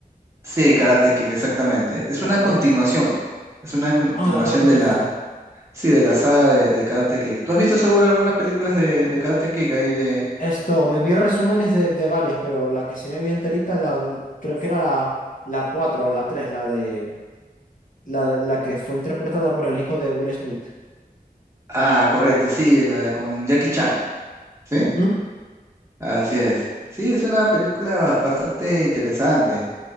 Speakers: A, on the right (about 20°); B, on the left (about 55°).
A: Sí, Karate Kid, exactamente. Es
B: Como
A: una
B: los...
A: continuación. Es una continuación
B: Ah, una continuación.
A: de la, sí, de la saga de, de Karate Kid. ¿Tú has visto seguro algunas películas de, de Karate Kid ahí de...
B: Esto, me vi resúmenes de, de varias, pero la que sí me vi enterita, la, del- creo que era la, la cuatro o la tres la de, la, de- la que fue interpretada por el hijo de Will Smith.
A: Ah, correcto, sí, la de con Jackie Chan, ¿sí?
B: Ujú,
A: Así es. Sí, es una película ba- bastante interesante.